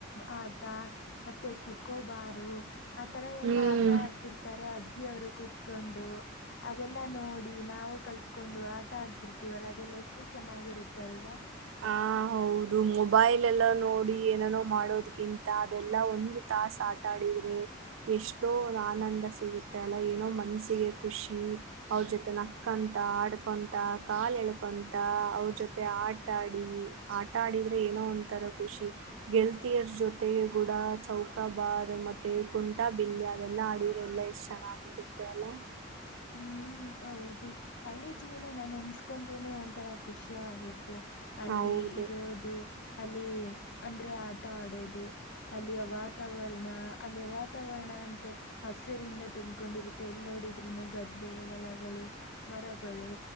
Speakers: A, on the left; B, on the right.
A: ಆ ಮತ್ತೆ ಚಕ್ಕೋಬಾರು ಆ ತರ ಎಲ್ಲಾ
B: ಹ್ಮ್
A: ಆಟ ಆಡ್ತಿರ್ತಾರೆ ಅಜ್ಜಿಯ ಅವರು ಕುೂತ್ಕೊಂಡು ಅದೆಲ್ಲಾ ನೋಡಿ ನಾವು ಕಲ್ತ್ಕೊಂಡು ಆಟ ಆಡ್ತಿರ್ತೀವಲ್ಲ ಅದೆಲ್ಲ ಎಷ್ಟು ಚೆನ್ನಾಗಿರುತ್ತಲ್ವಾ
B: ಹ ಹೌದು ಮೊಬೈಲ್ ಎಲ್ಲ ನೋಡಿ ಏನನೋ ಮಾಡೋದ್ಕಿಂತ ಅದೆಲ್ಲಾ ಒಂದು ತಾಾಸ ಆಟಾಡಿದ್ರೆ ಎಷ್ಟೋ ಆನಂದ ಸಿಗುತ್ತೆ ಅಲ್ಲ ಏನೋ ಮನ್ಸಿಗೆ ಖುಷಿ ಅವ್ರ ಜೊತೆ ನಕ್ಕಂತ ಆಡ್ಕೊಂತ ಕಾಾಲ ಎಳ್ಕೊಂತ ಅವ್ರ ಜೊತೆ ಆ ಆಟ ಆಡಿ ಆಟ ಆಡಿದ್ರೆ ಏನೋ ಒಂಂತರ ಖುಷಿ ಗೆಲ್ತಿಯರ್ ಜೊತೆ ಗುಡ ಚೌಕಾ ಬಾರ್ ಮತ್ತೆ ಕುಂಟಾ ಬಿಲ್ಲೆ ಅದೆಲ್ಲಾ ಆಡಿದ್ರೆ ಎಲ್ಲಾ ಎಷ್ಟ್ ಚೆನ್ನಾಗಿರುತ್ತೆ ಅಲ್ಲ
A: ಹ್ಮ್ ಹೌದು ಹಳ್ಳಿ ಜೀವನ ನಾನ ಎನ್ಸ್ಕೊಂಡ್ರೆನೆ ಒಂಥರ ಖುಷಿಯ ಆಗುತ್ತೆ ಮ ಅಲ್ಲಿ
B: ಹೌದು
A: ಇರೋದು ಅಲ್ಲಿ ಅಂದ್ರೆ ಆಟ ಆಡೋದು ಅಲ್ಲಿಯ ವಾತಾವರಣ ಅಲ್ಲಿಯ ವಾತಾವರಣ ಅಂತೂ ಹಸಿರಿಂದ ತುಂಬ್ಕೊಂಡಿರುತ್ತೆ ಎಲ್ಲಿ ನೋಡಿದ್ರು ಗದ್ದೆ ಹೊಲಗಳು ಮರಗಳು